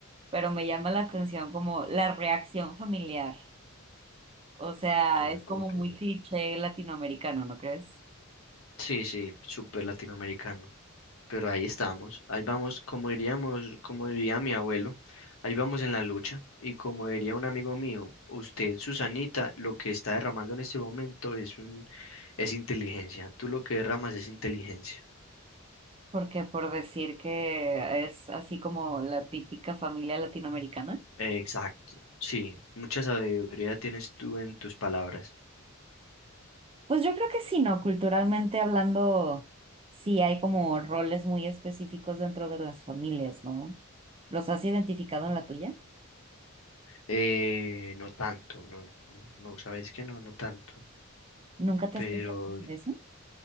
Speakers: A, on the right; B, on the left.
A: pero me llama la atención como la reacción familiar. O sea,
B: Ah,
A: es como
B: Ok.
A: muy cliché latinoamericano, ¿no crees?
B: Sí, sí, súper latinoamericano. pero ahí estamos, ahí vamos, como diríamos, como diría mi abuelo, ahí vamos en la lucha. Y como diría un amigo mío, usted, Susanita, lo que está derramando en este momento es un, es inteligencia. Tú lo que derramas es inteligencia.
A: Porque por decir que es así como la típica familia latinoamericana.
B: Exacto. Sí, mucha sabiduría tienes tú en tus palabras.
A: Pues yo creo que sí, ¿no? Culturalmente hablando, sí hay como roles muy específicos dentro de las familias, ¿no? ¿Los has identificado en la tuya?
B: Eh, no tanto, no, no, no, sabes que no, no tanto.
A: ¿Nunca te
B: Pero
A: has puesto de eso?